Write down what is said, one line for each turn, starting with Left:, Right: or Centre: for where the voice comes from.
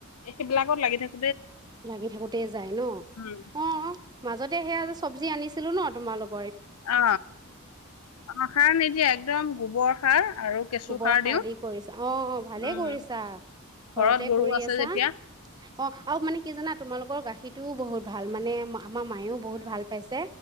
Left: সেইবিলাক কত লাগি থাকো
Right: লাগি থাকোতে যাই ন,
Left: উম
Right: অ', মাজতে সেয়া যে চৱজি আনিছ ছিলো ন তোমালোক
Left: অ, অ, সাৰ নিদিয়া, একদম গোবৰ সাৰ আৰু কেঁচু
Right: গোবৰ সাৰ
Left: দিওঁ।
Right: দি কৰিছা, অ, অ, ভালেই
Left: উম
Right: কৰিছা
Left: ঘৰত
Right: ঘৰতে
Left: গৰু
Right: কৰি
Left: আছে
Right: আছা।
Left: যেতিয়া
Right: অ', আৰু মানে কি জানা, তোমালোকৰ গাখীৰতটোও বহুত ভাল মানে মাখ আমাৰ মায়েও বহুত ভাল পাইছে,